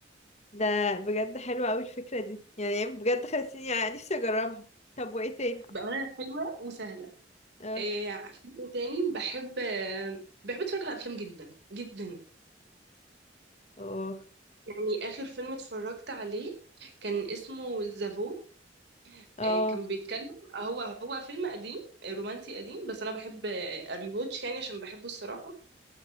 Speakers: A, on the left (about 35°); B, on the right (about 65°).
A: ده بجد حلوة قوي الفكرة دي يعني بجد خلتيني يعني نفسي اجربها طب وايه تاني
B: بأمانة حلوة وسهلة
A: اه
B: إيه عارفين إيه تاني بحب آه، بحب أتفرج على أفلام جدا جدا
A: اه
B: يعني آخر فيلم اتفرجت عليه كان اسمه زافو
A: اه
B: إيه كان بيتكلم هو هو فيلم قديم آه، رومانسي قديم بس أنا بحب آه، أريواتش يعني عشان بحبه الصراحة